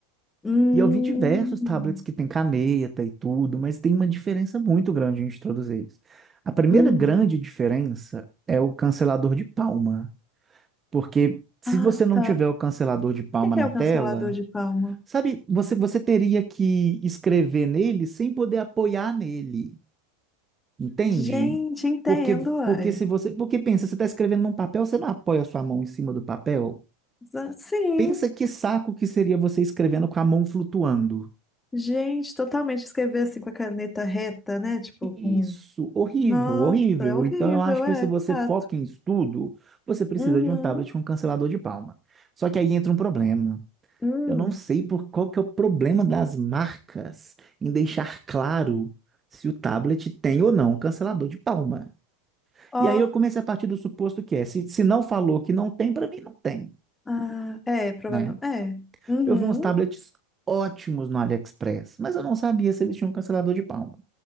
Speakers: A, on the left; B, on the right.
A: Hum,
B: E eu vi diversos tablets que tem caneta e tudo, mas tem uma diferença muito grande entre todos eles. A primeira
A: uhum.
B: grande diferença é o cancelador de palma, porque se
A: Ah,
B: você não
A: tá.
B: tiver o cancelador de palma
A: O que que
B: na
A: é o
B: tela,
A: cancelador de palma?
B: sabe, você, você teria que escrever nele sem poder apoiar nele, entende?
A: Gente, entendo,
B: Porque,
A: ai.
B: porque se você, porque pensa, você está escrevendo num papel, você não apoia a sua mão em cima do papel.
A: Exa- Sim,
B: Pensa que saco que seria você escrevendo com a mão flutuando.
A: gente, totalmente escrever assim com a caneta reta, né? Tipo, com.
B: Isso, horrível,
A: Nossa,
B: horrível.
A: é horrível,
B: Então eu acho que
A: é,
B: se você
A: de fato.
B: foca em estudo, você precisa
A: Uhum.
B: de um tablet com cancelador de palma. Só que aí entra um problema.
A: Hum.
B: Eu não sei por qual que é o problema das marcas em deixar claro se o tablet tem ou não cancelador de palma.
A: Ó,
B: E aí eu comecei a partir do suposto que é, se, se não falou que não tem, para mim não tem,
A: Ah, é, provável.
B: né?
A: É. Uhum.
B: Eu vi uns tablets ótimos no AliExpress, mas eu não sabia se eles tinham cancelador de palma.